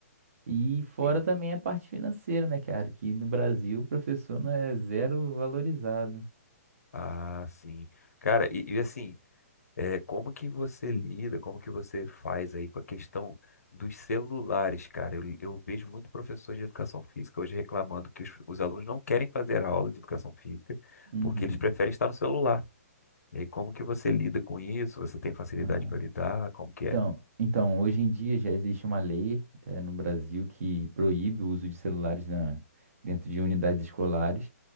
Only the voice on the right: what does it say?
E fora
também a parte financeira, né, cara? Que no Brasil o professor não é zero valorizado.
Uhum.
Ah.
Então,
então, hoje em dia já existe uma lei, eh, no Brasil que proíbe o uso de celulares na- dentro de unidades escolares,